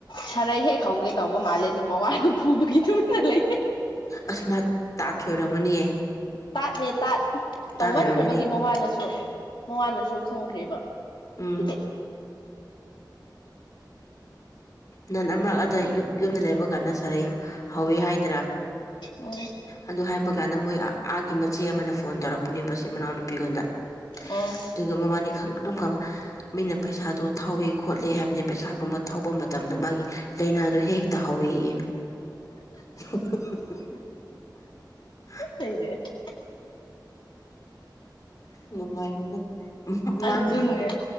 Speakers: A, on the left (about 85°); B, on the left (about 45°).
A: ꯁꯔꯩ ꯍꯦꯛ ꯍꯧꯒꯦ ꯇꯧꯕ ꯃꯥꯜꯂꯦ ꯑꯗꯨꯝ ꯃꯋꯥꯅ ꯐꯨꯕꯒꯤꯗꯨꯃꯠꯇ ꯂꯩ
B: ꯑꯁꯃ ꯇꯥ ꯊꯣꯏꯔꯝꯃꯅꯤꯌꯦ꯫
A: ꯇꯥꯠꯅꯦ ꯇꯥꯠ ꯇꯧꯃꯟꯈ꯭ꯔꯕꯒꯤ
B: ꯑꯣꯏꯔꯝꯒꯅꯤ
A: ꯃꯋꯥꯅꯁꯨ ꯃꯋꯥꯅꯁꯨ ꯈꯪꯈ꯭ꯔꯦꯕ
B: ꯎꯝ
A: ꯁꯤꯗꯤ
B: ꯅꯟ ꯑꯃꯛ ꯑꯗ ꯌꯛ ꯌꯨꯝꯗ ꯂꯩꯕ ꯀꯥꯟꯅ ꯁꯥꯔ ꯍꯧꯋꯤ ꯍꯥꯏꯗꯔꯥ
A: ꯎꯝ
B: ꯑꯗꯨ ꯍꯥꯏꯕ ꯀꯥꯟꯗ ꯃꯣꯏ ꯑꯥꯒꯤ ꯃꯆꯦ ꯑꯃꯅ ꯐꯣꯟ ꯇꯧꯔꯛ ꯄꯨꯅꯦꯕꯕꯁꯤ ꯃꯅꯥꯎ ꯅꯨꯄꯤꯒꯣꯟꯗ
A: ꯎꯝ
B: ꯑꯗꯨꯒ ꯃꯃꯥꯅꯤ ꯈ ꯑꯗꯨꯝ ꯀꯪ ꯃꯤꯅ ꯄꯩꯁꯥꯗꯨ ꯊꯥꯎꯋ ꯈꯣꯠꯂꯤ ꯍꯥꯏꯕꯅꯤ ꯄꯩꯁꯥꯒꯨꯝꯕ ꯊꯥꯎꯧꯕ ꯃꯇꯝ ꯃꯇꯝꯗ ꯃꯥꯒꯤ ꯂꯥꯏꯅꯥꯗ ꯍꯦꯛꯇ ꯍꯧꯋꯌꯦ <unintelligible> <unintelligible>
A: ꯑꯩꯩꯁꯦ
B: ꯅꯨꯡꯉꯥꯏꯕꯅꯦ ꯃꯥꯒꯤ
A: ꯑꯗꯨꯅꯦ